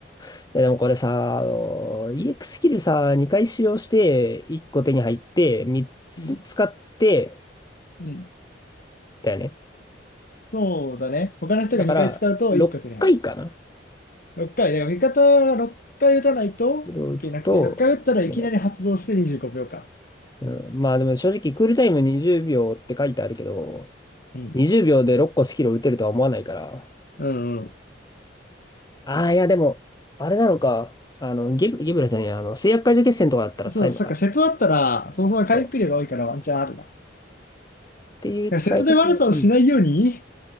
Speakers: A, on the left (about 20°); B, on the left (about 50°).
A: いや、でもこれさ、あの、EX ススキルさ、2回使用して、1個手に入って、3つ使って、
B: うんうん
A: だよね。
B: そうだね。他の人が2回使うと1個手に入る。
A: だから、6回かいかな
B: 6回。だから味方が6回打たないといけなくて、
A: それを打つと、
B: 6回打ったらいきなり発動して25秒間。
A: いけない。うん、まあでも正直、クールタイム20秒って書いてあるけど、
B: うん。
A: 20秒で6個スキルを打てるとは思わないから。
B: うんう
A: ああ、いやでも、あれなのか。あの、ゲブ、ゲブラじゃない、あの、制約解除決戦とかだったら使えるのか。
B: ん。そう、そっか、瀬戸だったら、そもそも回復量が多いからワンチャンあるな。
A: そうっていう使い方。
B: セや瀬戸で悪さをしないように
A: うん。